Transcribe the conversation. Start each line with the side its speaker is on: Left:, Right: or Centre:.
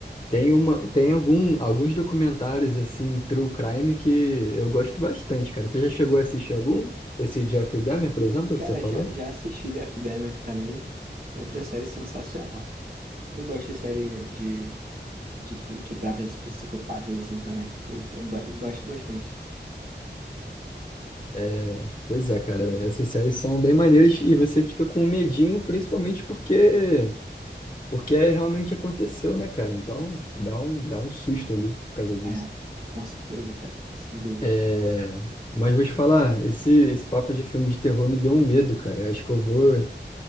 Left: tem uma, tem algum, alguns documentários, assim, true crime que eu gosto bastante, cara, tu já chegou a assistir algum? Esse Jeffrey Dahmer, por exemplo,
Right: Cara,
Left: que você falou?
Right: já, já assisti Jeff Dahmer também. Outra série sensacional. Eu gosto de série de, de que, que trata de psicopatas assim também. Eu, eu go- eu gosto bastante.
Left: É, pois é, cara, essas séries são bem maneiras e você fica com medinho, principalmente porque porque é realmente aconteceu, né, cara? Então dá um, dá um susto ali por causa disso.
Right: É, com certeza, cara. Sem dúvida.
Left: É, Mas vou te falar, esse, esse papo de filme de terror me deu um medo, cara. Acho que eu vou,